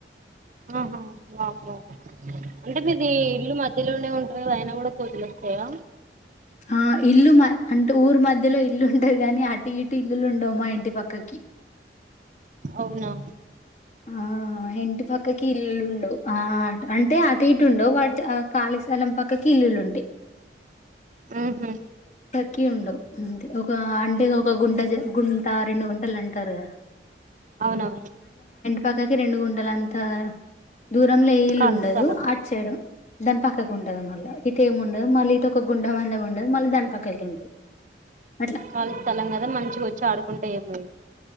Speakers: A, on the right (about 45°); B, on the left (about 40°).
A: ఆహా వామ్మో అంటే మీది ఇల్లు మొ మధ్యలోనే ఉంటరు కదా అయినా కూడ కోతులు ఒస్తాయా
B: ఆ ఇల్లు మా అంటు ఊరి మధ్యలో ఇల్లు ఉంటది కాని అటు ఇటు ఇల్లులు ఉండవు మా ఇంటి పక్క పక్కకి
A: అవునా
B: ఆ ఆ ఇంటి పక్కకి ఇల్లులుండవ్ ఆ అంటే అటు ఇటు ఉండవు వాటి ఖాళీ స్థలం పక్కకి ఇల్లులుంటయి
A: ఉహు
B: కి ఉండవు అంతే ఒక అంటే ఒక గుంట జె గుంట రెండు గుంటలు అంటారు గదా
A: అవునవును
B: పక్కకి రెండు గుంటల అంతా దూరంల ఇల్లు
A: ఖాళీ
B: ఉండదు
A: స్థలం
B: అట్ సైడ్ దాని పక్కకు ఉంటది మళ్ళా ఇ కేము ఉండదు మళ్ళీ ఇటు ఒక గుండ మందం ఉండదు మళ్ళ దానిపక్కకి ఉంటది అట్లా
A: ఖాళీ స్థలం కదా మంచిగా వోచ్చి ఆడుకుంటయి అవి